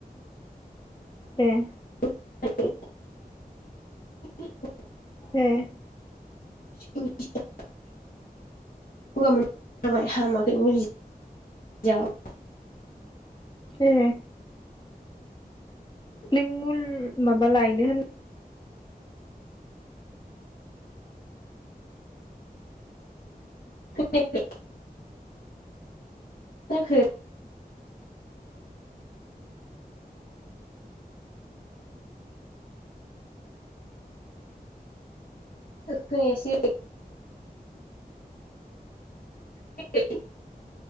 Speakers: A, on the left; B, on the left.
A: दे
B: औ
A: ए
B: स <unintelligible> गगा मोनइ यानो हामाखै मुलि जाबाबो।
A: ए नों मुल माबा लायनो होन
B: खोनायाखै मा जाखो? <unintelligible> खोनायासै ह <unintelligible>